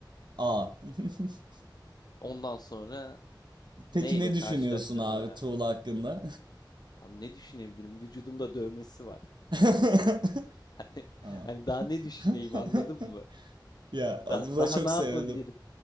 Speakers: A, on the right; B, on the left.
A: Aa. <laughs>
B: Ondan sonra
A: Peki
B: neyle
A: ne
B: karşılaştığımı
A: düşünüyorsun abi
B: öğrendim.
A: Tuğla hakkında?
B: Abi ne düşünebilirim? Vücudumda dövmesi var. <laughs>
A: <laughs>
B: Hani,
A: Aa.
B: hani daha ne düşüneyim
A: <laughs>
B: anladın mı?
A: Ya
B: Da-
A: buna
B: daha
A: çok
B: ne
A: sevindim.
B: yapabilirim?